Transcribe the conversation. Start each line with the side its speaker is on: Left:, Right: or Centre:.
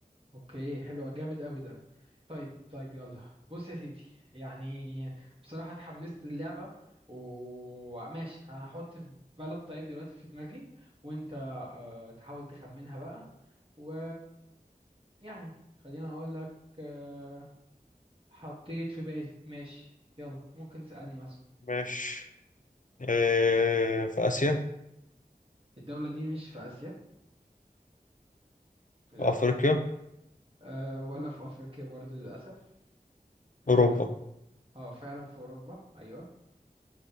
Right: اوكي حلو جامد قوي ده طيب طيب يلا بص يا سيدي يعني بصراحه اتحمست اللعبه وماشي انا هحط في بلد طيب دلوقتي في دماغي وانت آه، تحاول تخمنها بقى و يعني خليني اقول لك آه، حطيت في بالي ماشي يلا ممكن تسألني مثلا
Left: ماشي آه، في اسيا
Right: الدولة دي مش في آسيا للأسف
Left: في افريقيا
Right: أه ولا في أفريقيا برضو للأسف مش
Left: اوروبا
Right: لأ اه فعلا في أوروبا أيوة